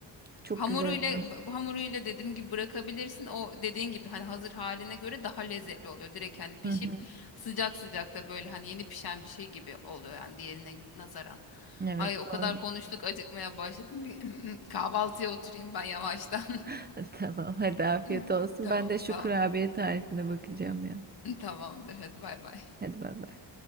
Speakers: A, on the right; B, on the left.
A: çok
B: Hamuruyla
A: güzel olur.
B: b- hamuruyla dediğim gibi bırakabilirsin. O dediğin gibi hani hazır haline göre daha lezzetli oluyor. Direkt hani pişip
A: Hı hı.
B: sıcak sıcak da böyle hani yeni pişen bir şey gibi oluyor yani diğerine nazaran.
A: Evet
B: Ay o
A: doğru.
B: kadar konuştuk acıkmaya başladım. Bir <clears throat> kahvaltıya oturayım ben yavaştan.
A: <laughs> Tamam hadi afiyet
B: <laughs>
A: olsun.
B: Tamam
A: Ben de şu
B: sağ
A: kurabiye
B: ol.
A: tarifine bakacağım ya.
B: <laughs> Tamamdır hadi bay bay.
A: Hadi bay bay.